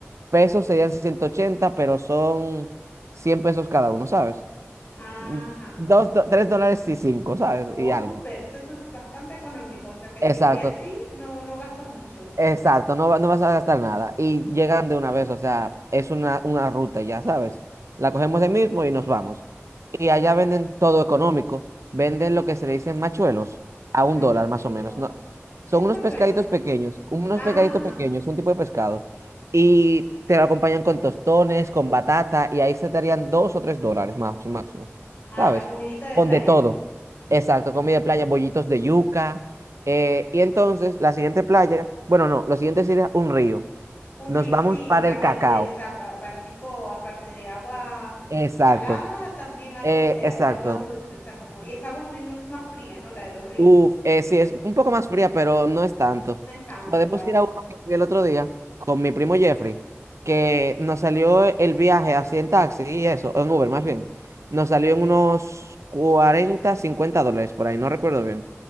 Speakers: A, on the right (about 80°); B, on the left (about 35°).
A: pesos, serían 180 pero son 100 pesos cada uno, ¿sabes?
B: Ajá,
A: Mm, Dos, do- tres dólares y cinco, ¿sabes?
B: no,
A: Y algo.
B: súper, eso es bastante económico, o sea que
A: Exacto.
B: si voy así, no, no gasto mucho.
A: Exacto, no, va- no vas a gastar nada. Y llegan de una vez, o sea, es una, una ruta, ya sabes. La cogemos de mismo y nos vamos. Y allá venden todo económico. Venden lo que se le dicen machuelos a
B: Machuelos,
A: un dólar más o menos. No, son
B: ¿qué son
A: unos
B: machuelos?
A: pescaditos pequeños, unos
B: Ajá.
A: pescaditos pequeños, un tipo de pescado. Y te lo acompañan con tostones, con batata, y ahí se te harían dos o tres dólares máximo, máximo.
B: Ah,
A: ¿Sabes?
B: la comidita de
A: Con
B: playa,
A: de todo.
B: pues.
A: Exacto, comida de playa, bollitos de yuca. eh, y entonces, la siguiente playa, bueno, no, lo siguiente sería un río.
B: Un
A: Nos
B: río,
A: vamos
B: sí.
A: para
B: A
A: el
B: ver,
A: cacao.
B: eh, o sea, pa- para tipo, aparte de agua
A: Exacto,
B: salada, también algo
A: eh,
B: de,
A: exacto.
B: de agua dulce. O sea, como, y esa agua me imagino que es más fría, ¿no? La de los ríos.
A: Uf, eh, sí, es un poco más fría, pero no es tanto.
B: No es tanto
A: Podemos
B: igual.
A: ir a uno que fui el otro día con mi primo Jeffrey, que nos salió el viaje así en taxi y eso, en Uber más bien. Nos salió en unos 40, 50 dólares por ahí, no recuerdo bien.